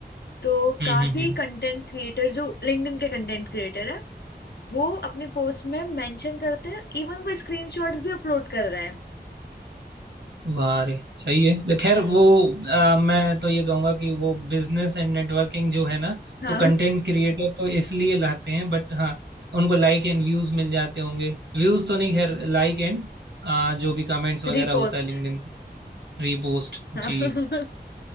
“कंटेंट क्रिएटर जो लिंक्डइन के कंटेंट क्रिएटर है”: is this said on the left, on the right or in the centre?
Left